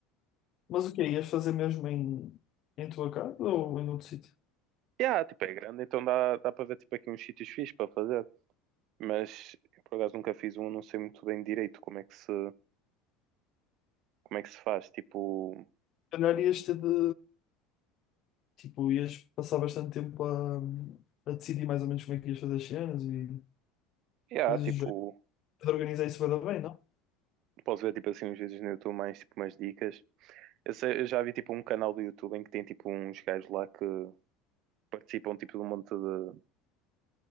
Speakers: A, on the left (about 50°); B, on the right (about 60°).
A: mas o que quê? Ias fazer mesmo em, em tua casa ou em outro sítio?
B: Yeah, tipo, é grande, então dá, dá para ver tipo aqui uns sítios fixes para fazer. Mas por acaso nunca fiz um, não sei muito bem direito como é que se, como é que se faz. Tipo,
A: Se calhar ias ter de. tipo, ias passar bastante tempo a, a decidir mais ou menos como é que ias fazer as cenas e
B: yeah,
A: coisas
B: tipo,
A: do género. De organizar isso vai dar bem, não?
B: posso ver tipo assim uns vídeos no YouTube mais tipo umas dicas. Eu, sei- eu já vi tipo um canal do YouTube em que tem tipo uns gajos lá que participam tipo de um monte de,